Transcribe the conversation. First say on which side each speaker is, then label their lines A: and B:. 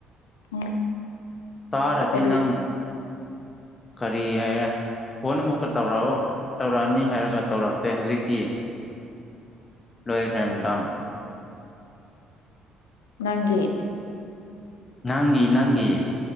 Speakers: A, on the left; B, on the left.
A: ꯎꯝ
B: ꯇꯥꯔꯗꯤ
A: ꯀꯔꯤ
B: ꯅꯪ
A: <unintelligible>
B: ꯈꯔꯤ ꯍꯥꯏ ꯐꯣꯟ ꯑꯃꯨꯛꯀ ꯇꯧꯔꯛꯑꯣ ꯇꯧꯔꯛꯑꯅꯤ ꯍꯥꯏꯔꯒ ꯇꯧꯔꯛꯇꯦ ꯍꯧꯖꯤꯛꯇꯤ ꯂꯣꯏ ꯀ꯭ꯔꯥꯏꯝ ꯇꯝ
A: ꯅꯪꯒꯤꯦ
B: ꯅꯪꯒꯤ ꯅꯪꯒꯤ